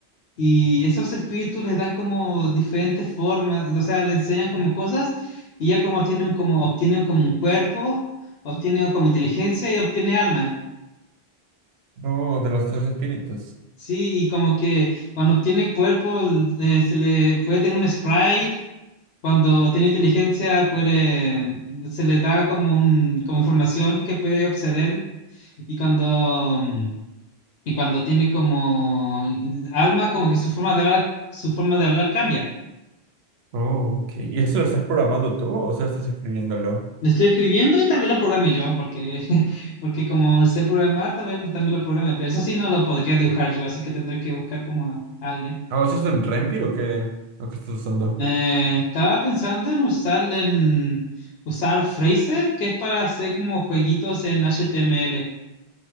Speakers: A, on the left; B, on the right.
A: Y esos espíritus les dan como diferentes formas, o sea, le enseñan como cosas y ya como tienen como obtienen como un cuerpo, obtienen como inteligencia y obtiene alma.
B: Oh, de los tres espíritus.
A: Sí, y como que cuando obtiene cuerpo eh, se le puede tener un sprite, cuando tiene inteligencia puede se le da como un como información que puede acceder y cuando y cuando tiene como alma como que su forma de hablar su forma de hablar cambia.
B: Oh, ok. ¿Y eso lo estás programando tú o sea, estás escribiéndolo?
A: Lo estoy escribiendo y también lo programe yo, porque, <laughs> porque como sé programar, también, también lo programe, pero eso sí no lo podría dibujar yo, así que tendré que buscar como a alguien.
B: Oh, ¿eso es en Rempi o qué? ¿O qué estás usando?
A: Eh, estaba pensando en usarlo en usar Fraser, que es para hacer como jueguitos en HTML.